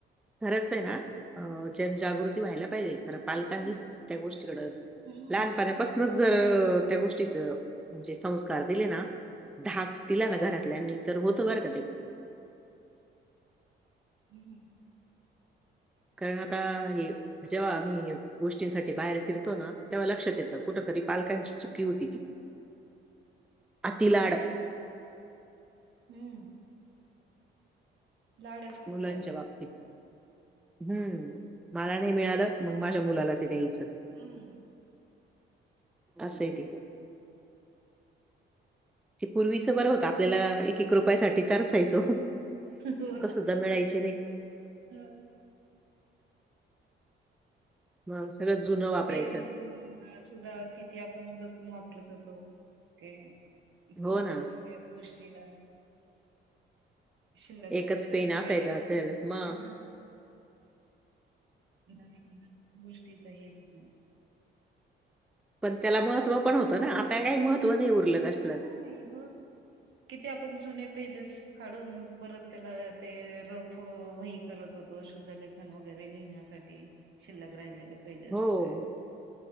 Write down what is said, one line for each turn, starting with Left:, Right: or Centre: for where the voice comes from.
Centre: खरंच ये ना अ जनजागृती व्हायला पाहिजे, खरं पालकांनीच त्या गोष्टी वर
Right: हं,
Centre: लहानपणापासूनच जर त्या गोष्टीच म्हणजे संस्कार दिले ना धाक दिला ना घरातल्यांनी तर होतं बरं का ते.
Right: हम्म,
Centre: कारण आता हे जेव्हा आम्ही गोष्टींसाठी बाहेर फिरतो ना, तेव्हा लक्षात येतं कुठ तरी पालकांची चुकी होती ती. अति लाड
Right: हम्म, लाडच खूप
Centre: मुलांच्या
Right: झालेत.
Centre: बाबतीत. हम्म, मला नाही मिळालं मग माझ्या मुलाला ते द्यायचं.
Right: हम्म,
Centre: असंय ते. ते पूर्वीच बरं होतं आपल्याला एक -एक रुपया साठी तरसाय चो.
Right: हो ना.
Centre: त मिळायचे नाही.
Right: हं,
Centre: मग सगळं जुनं वापरायचं.
Right: पेन सुद्धा किती आपण जपून वापरत होतो, ते कुठल्या
Centre: हो ना.
Right: सगळ्याच गोष्टीला. शिल्लगन
Centre: एकच
Right: नवीन
Centre: पेन असायचा
Right: काही,
Centre: त्याला मग.
Right: हा. नाही गोष्टीच हेच ना.
Centre: पण त्याला महत्व पण होतं ना. आता काही महत्त्व
Right: म
Centre: नाही उरलं कसलं.
Right: म का नाही हो किती आपण जुने पेजेस फाडून परत त्याला ते रफ वही करत होतो शुद्ध लेखन वगैरे लिहिण्यासाठी. शिल्लक राहिलेले पेजे असतय.
Centre: हो.